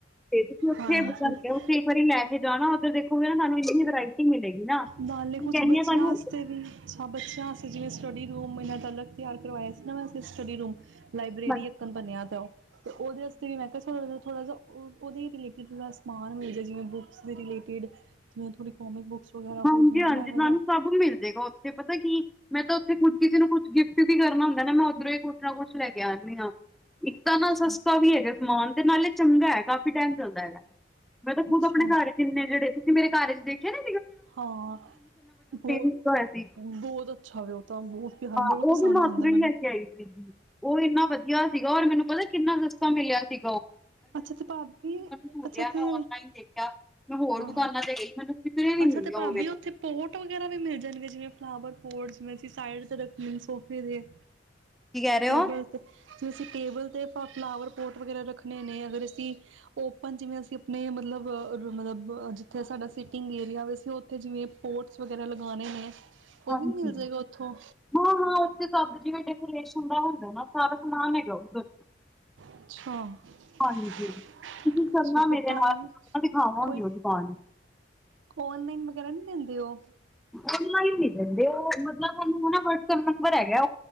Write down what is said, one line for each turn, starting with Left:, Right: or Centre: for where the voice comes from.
Centre: ਤੇ ਤੁਸੀਂ ਉੱਥੇ
Right: ਹਾਂਜੀ
Centre: ਬੁੱਕ ਕਰ ਲਿਔ, ਤੁਸੀ ਇੱਕ ਵਾਰੀ ਲੈ ਕੇ ਜਾਣਾ ਉੱਧਰ ਦੇਖੋਗੇ ਨਾ ਤੁਹਾਨੂੰ ਇੰਨੀ ਵੈਰਾਈਟੀ ਮਿਲੇਗੀ ਨਾ
Right: ਨਾਲੇ ਕੁਛ
Centre: ਮੈਂ ਕਹਿੰਦੀ
Right: ਬੱਚਿਆਂ
Centre: ਹਾਂ ਤੁਹਾਨੂੰ
Right: ਵੀ, ਅੱਛਾ ਬੱਚਿਆਂ ਵਾਸਤੇ ਜਿਵੇਂ ਸਟੱਡੀ ਰੂਮ ਇਹਨਾਂ ਦਾ ਅਲੱਗ ਤਿਆਰ ਕਰਵਾਇਆ ਸੀ ਨਾ ਵੈਸੇ ਸਟੱਡੀ ਰੂਮ। ਲਾਈਬ੍ਰੇਰੀ
Centre: ਹਾਂਜੀ
Right: ਅਕੱਣ ਬਣਿਆ ਤਾਂ ਉਹ ਤੇ ਉਹਦੇ ਵਸਤੇ ਵੀ ਮੈਂ ਕਿਹਾ ਥੋੜ੍ਹਾ ਜਿਹਾ ਉਹਦੇ ਰਿਲੇਟਿਡ ਥੋੜ੍ਹਾ ਸਮਾਨ ਮਿਲ ਜਾਵੇ ਜਿਵੇਂ ਬੁੱਕਸ ਦੇ ਰਿਲੇਟਿਡ ਜਿਵੇਂ ਥੋੜੀ ਕੋਮਿਕ ਬੁੱਕਸ ਵਗੈਰਾ
Centre: ਹਾਂਜੀ-ਹਾਂਜੀ,
Right: ਹੋ ਜਾਣ ਥੋੜਾ ਐਵੇਂ
Centre: ਤਾਨੂੰ
Right: ਦਾ
Centre: ਸਭ ਮਿਲ ਜੇਗਾ ਉੱਥੇ ਪਤਾ ਕਿ ਮੈਂ ਤਾਂ ਉੱਥੇ ਕੁੱਝ ਕਿਸੇ ਨੂੰ ਕੁੱਛ ਗਿਫਟ ਵੀ ਕਰਨਾ ਹੁੰਦਾ ਏ ਨਾ ਮੈਂ ਉੱਧਰੋਂ ਹੀ ਕੁੱਛ ਨਾ ਕੁੱਛ ਲੈ ਕੇ ਲੈ ਕੇ ਆਣੀ ਆਂ, ਇੱਕ ਤਾਂ ਨਾ
Right: ਅੱਛਾ
Centre: ਸਸਤਾ ਵੀ ਹੈਗਾ ਸਮਾਨ ਤੇ ਨਾਲੇ ਚੰਗਾ ਹੈ ਕਾਫ਼ੀ ਟਾਈਮ ਚੱਲਦਾ ਹੈਗਾ ਮੈਂ ਤਾਂ ਖੁਦ
Right: ਅੱਛਾ
Centre: ਆਪਣੇ ਘਰ ਕਿੰਨੇ ਜਿਹੜੇ ਤੁਸੀਂ ਮੇਰੇ ਘਰ ਚ ਦੇਖੇ ਨੇ
Right: ਹਾਂ ਬਹੁਤ-ਬਹੁਤ
Centre: ਲੱਗਾ ਹੋਇਆ ਸੀ
Right: ਅੱਛਾ ਵੇ ਉਹ ਤਾਂ, ਬਹੁਤ ਪਿਆਰ
Centre: ਹਾਂ
Right: ਬਹੁਤ
Centre: ਉਹ
Right: ਪਸੰਦ
Centre: ਵੀ ਮੈ ਔਧਰੋਂ
Right: ਆਉਂਦਾ
Centre: ਹੀ
Right: ਮੈਨੂੰ
Centre: ਲੈ ਕੇ ਆਈ ਸੀ, ਉਹ ਇੰਨਾ ਵਧੀਆ ਸੀਗਾ ਔਰ ਮੈਨੂੰ ਪਤਾ ਕਿੰਨਾ ਸਸਤਾ ਮਿਲਿਆ ਸੀ।
Right: ਅੱਛਾ ਤੇ ਭਾਬੀ
Centre: ਢੂੰਡਿਆ
Right: ਅੱਛਾ ਤੇ
Centre: ਮੈਂ ਔਨਲਾਈਨ ਦੇਖਿਆ ਮੈਂ ਹੋਰ
Right: ਹਾਂ
Centre: ਦੁਕਾਨਾਂ ਤੇ ਗਈ ਮੈਨੂੰ ਕਿਧਰੇ ਨੀ
Right: ਅੱਛਾ
Centre: ਮਿਲਿਆ
Right: ਤੇ ਭਾਬੀ
Centre: ਉਵੇਂ
Right: ਉੱਥੇ
Centre: ਦਾ
Right: ਪੋਟ ਵਗੈਰਾ ਵੀ ਮਿਲ ਜਾਣਗੇ ਜਿਵੇਂ ਫਲਾਵਰ ਪੋਟਸ ਨੂੰ ਅਸੀਂ ਸਾਈਡ ਤੇ ਰੱਖਣੇ ਨੇ ਸੋਫੇ ਦੇ।
Centre: ਕੀ ਕਹਿ ਰਹੇ
Right: ਟੇਬਲ
Centre: ਹੋ?
Right: ਤੇ ਜੇ ਅਸੀਂ ਟੇਬਲ ਤੇ ਫਲਾਵਰ ਪੋਟ ਵਗੈਰਾ ਰੱਖ ਰੱਖਣੇ ਨੇ ਅਗਰ ਅਸੀਂ ਔਪਨ ਜਿਵੇਂ ਅਸੀਂ ਆਪਣੇ ਮਤਲਬ-ਮਤਲਬ ਜਿੱਥੇ ਸਾਡਾ ਸਿਟਿੰਗ ਏਰੀਆ ਵੇ, ਉੱਥੇ ਜਿਵੇਂ ਪੋਟਸ ਵਗੈਰਾ ਲਗਾਉਣੇ ਨੇ ਉਹ
Centre: ਹਾਂਜੀ
Right: ਵੀ ਮਿਲ ਜਾਏਗਾ ਉੱਥੋਂ
Centre: ਹਾਂ-ਹਾਂ ਉੱਥੇ ਸਬਜ਼ ਡੈਕੋਰੇਸ਼ਨ ਦਾ ਹੁੰਦਾ ਨਾ। ਸਾਰਾ ਸਮਾਨ ਹੈਗਾ ਉਧਰ,
Right: ਅੱਛਾ-ਅੱਛਾ
Centre: ਹਾਂਜੀ ਤੁਸੀਂ ਚੱਲਣਾ
Right: ਫਿਰ
Centre: ਮੇਰੇ
Right: ਟਾਈਮ
Centre: ਨਾਲ ਮੈਂ ਦਿਖਾਵਾਂਗੀ
Right: ਕੋਈ
Centre: ਉਹ ਦੁਕਾਨ
Right: ਕਾਲ ਵਗੈਰਾ ਨੀ, ਦਿੰਦੇ ਉਹ,
Centre: ਔਨਲਾਈਨ ਨੀ ਦਿੰਦੇ ਉਹ ਮਤਲਬ ਤੁਹਾਨੂੰ ਵਟਸਐਪ ਨੰਬਰ ਹੈਗਾ